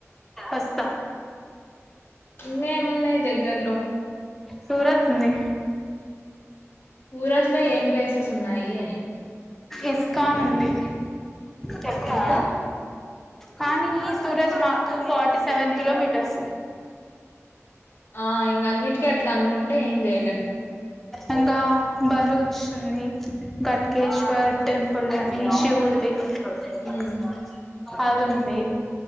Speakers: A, in the centre; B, on the left (about 45°).
A: ఒస్తా
B: ఇన్నేమున్నయి దెగ్గర్లో
A: సూరత్ ఉంది
B: సూరత్ లో ఏం ప్లేస్ ప్లేసెస్ వున్నాయి అని
A: ఇస్కానుంది చేప్రా
B: ఇంకా
A: కానీ సూరత్ మాకు ఫార్టీ సెవెన్ కిలోమీటర్స్
B: ఆ ఇంగ అన్నిట్టికి అట్ల అనుకుం టే ఏం జెయలేం
A: ఇంకా బరువచ్చింది ఘట్కేశ్వర్ టెంపుల్ అని శివుడ్ది <unintelligible>
B: మ్మ్
A: అదుంది